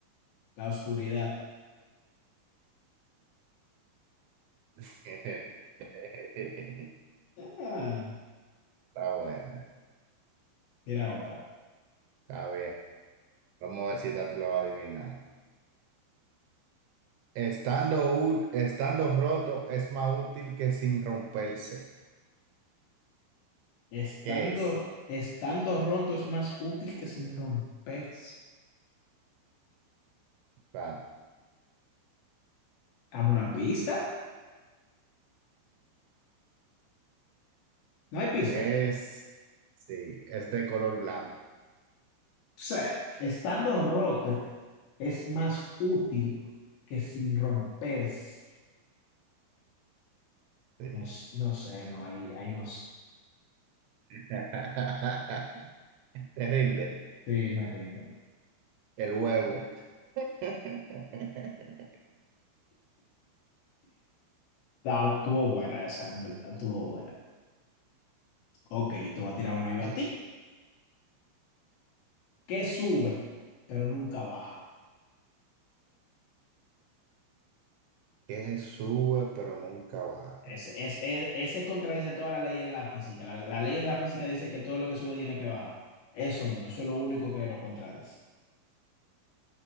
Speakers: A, on the left; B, on the right.
A: La oscuridad.
B: <laughs> Está
A: Ah,
B: bueno,
A: mira otra.
B: está bien. Vamos a ver si esta tú la vas a adivinar. Estando, ú- estando roto es más útil que sin romperse.
A: Estando,
B: ¿Qué es?
A: estando roto es más útil que sin romperse.
B: Está
A: ¿A una pista? No hay pista.
B: Es, sí, es de color blanco.
A: Sí. Estando roto es más útil que sin romperse.
B: Sí.
A: No, s- no sé, no, ahí, ahí no sé.
B: <laughs> Te rinde.
A: Sí, me rindo.
B: El huevo. <laughs>
A: Ah, Estuvo buena esa, en verdad, estuvo buena. Ok, yo te voy a tirar una yo
B: Claro.
A: a ti. que sube, pero nunca baja.
B: Que sube pero nunca baja.
A: Es, es, es- ese contradice todas las leyes de la física. La, la ley de la física dice que todo lo que sube tiene que bajar. Eso no, eso es lo único que lo contradice.